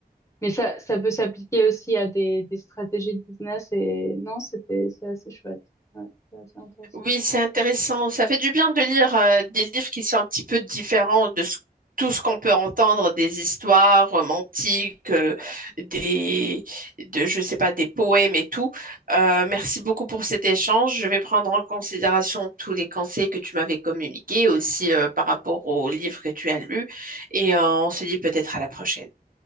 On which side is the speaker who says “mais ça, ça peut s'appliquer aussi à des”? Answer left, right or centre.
Left